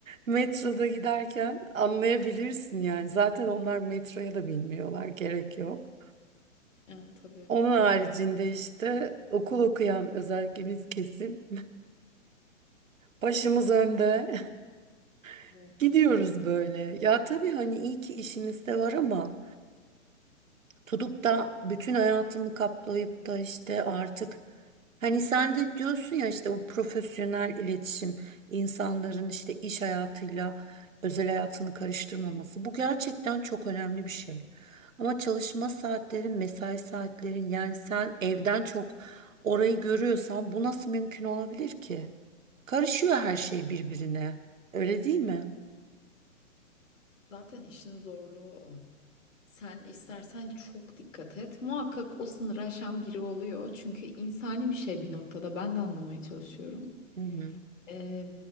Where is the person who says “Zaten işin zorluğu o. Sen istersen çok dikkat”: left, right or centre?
Left